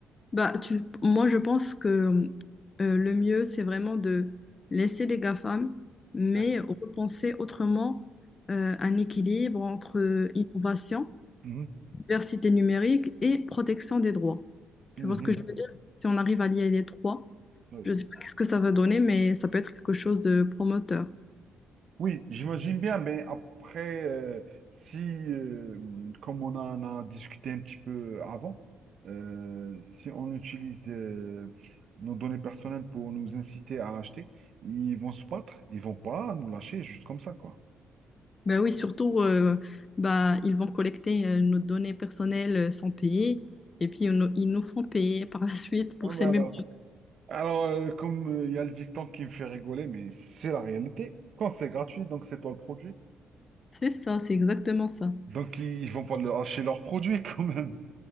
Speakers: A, on the left (about 30°); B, on the right (about 60°).
A: Bah, tu, moi, je pense que euh, le mieux, c'est vraiment de laisser les GAFAM, mais
B: Ouais.
A: repenser autrement euh, un équilibre entre euh, innovation,
B: Mhm,
A: diversité numérique et protection des droits. Tu
B: mhm,
A: vois ce que je veux dire? Si on arrive à lier les trois,
B: ouais.
A: je ne sais pas qu'est-ce que ça va donner, mais ça peut être quelque chose de promoteur.
B: Oui, j'imagine bien, mais après, euh, si, euh, comme on en a discuté un petit peu avant, euh, si on utilise euh, nos données personnelles pour nous inciter à acheter, ils vont se battre, ils vont pas nous lâcher juste comme ça, quoi.
A: Ben oui, surtout, euh, ben, ils vont collecter euh, nos données personnelles euh, sans payer et puis ils nous ils nous font payer <laughs> par la suite pour
B: Ah bah
A: ces mêmes
B: voilà.
A: données.
B: Alors, euh, comme euh, il y a le dicton qui me fait rigoler, mais c'est la réalité. Quand c'est gratuit, donc c'est toi le produit.
A: C'est ça, c'est exactement ça.
B: Donc, ils ils vont pas le lâcher leur produit <laughs> quand même.